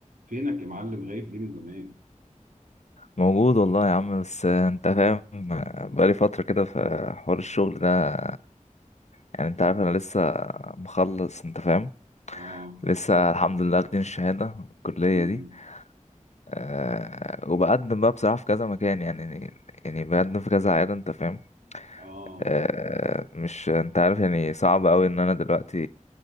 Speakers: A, on the right; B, on the left.
A: فينك يا معلم غايب ليه من زمان؟
B: موجود والله يا عم بس انت فاهم بقالي فترة كده في حوار الشغل ده يعني انت عارف انا لسه مخلص انت فاهم
A: اه
B: لسه الحمد لله واخدين الشهادة في الكلية
A: مم.
B: دي أه وبقدم بقى بصراحة في كذا مكان يعني يعني بقدم في كذا عيادة انت فاهم
A: اه
B: أه مش انت عارف يعني صعب اوي ان انا دلوقتي